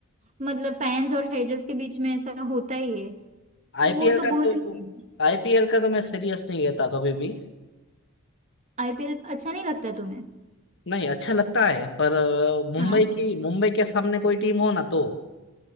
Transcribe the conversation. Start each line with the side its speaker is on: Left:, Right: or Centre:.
Right: मतलब फैंस और हेटर्स के बीच में ऐसा होता ही है तो
Left: आईपीएल
Right: वो तो
Left: का
Right: बोलते
Left: तो
Right: ही हैं।
Left: आईपीएल का तो मैं सीरियस नहीं लेता कभी भी
Right: आईपीएल अच्छा नहीं लगता तुम्हें
Left: नहीं अच्छा लगता है पर अ, मुंबई
Right: हाँ
Left: की मुंबई के सामने कोई टीम हो ना तो